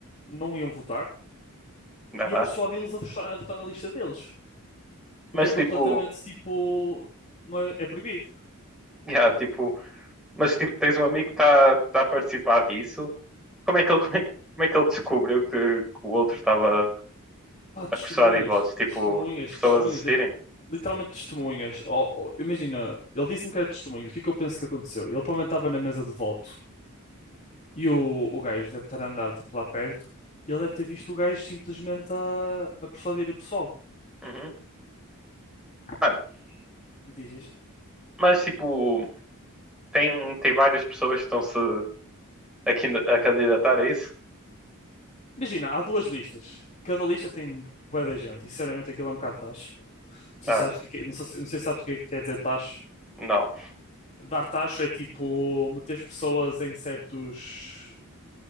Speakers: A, on the left; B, in the centre.
A: não iam votar
B: Aham.
A: e a persuadi-los a votar, a votar na lista deles.
B: Mas
A: O que é completamente
B: tipo,
A: tipo. Não é, é proibido.
B: yeah, tipo, mas tipo, tens um amigo que está tá tá a participar disso. Como é que ele, <laughs> como é, como é que ele descobriu que, que o outro estava
A: Pá, testemunhas,
B: a prestar de votos? Tipo,
A: testemunhas,
B: pessoas
A: testemunhas,
B: assistirem?
A: li- literalmente testemunhas. Oh, oh, imagina, ele disse-me que era testemunhas, o que é que eu penso que aconteceu? Ele provavelmente estava na mesa de voto e o, o gajo deve estar a andar tipo lá perto e ele deve ter visto o gajo simplesmente a, a persuadir o pessoal.
B: uhum.
A: Opa,
B: Mano,
A: e diz, diz.
B: mas tipo, tem, tem várias pessoas que estão-se a, quin- a candidatar a isso?
A: Imagina, há duas listas. Cada lista tem bué da gente e sinceramente aquilo é um bocado tacho. Não sei
B: Ah,
A: se sabes o que, é que- é- não sei, não sei se sabes o que é que quer dizer tacho.
B: não.
A: Dar tacho é tipo meter as pessoas em certos